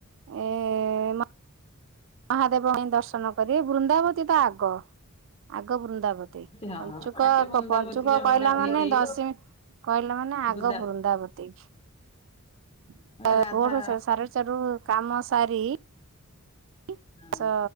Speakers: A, on the right; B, on the left.
A: ଏ ମା ମହାଦେବଙ୍କୁ ପାଇଁ ଦର୍ଶନ କରିବେ। ବୃନ୍ଦାବତୀ ତ ଆଗ ଆଗ ବୃନ୍ଦାବତୀ।
B: ହଁ
A: ପଞ୍ଚୁକ
B: ଆଗେ ବୃନ୍ଦାବତୀକି
A: କ-କ ପଞ୍ଚୁକ
B: ଆମେ
A: କହିଲା
B: ଗାଧେଇ
A: ମାନେ
B: ଦେଇ
A: ଦଶମୀ କହିଲା ମାନେ ଆଗ
B: ବୁଦା
A: ବୃନ୍ଦାବତୀ। <inaudible>
B: ରାଧା
A: ଭୋଡ ସାଢ଼େ ଚାରିରୁ କାମ ସାରି <inaudible>
B: ହଁ
A: ସ